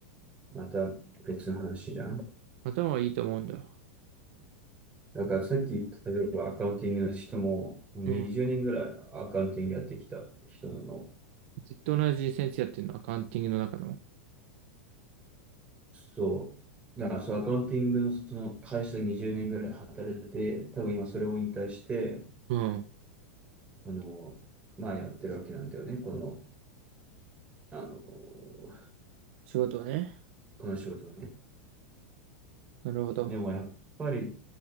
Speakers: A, on the right; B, on the right.
A: また別の話じゃん。
B: 頭はいいと思うんだ。
A: だからさっき言った例えばアカウンティングの人も20年ぐらいアカウンティングやってきた人なの。
B: うんずっと同じ先生やってるの、アカウンティングの中の。
A: そう。だからそう、アカウンティングのその会社で20年ぐらい働いて、多分今それを引退して、
B: うん。
A: この、まあやってるわけなんだよね、この、あの、こ
B: 仕事をね。
A: の仕事をね。
B: なるほど。
A: でもやっぱり、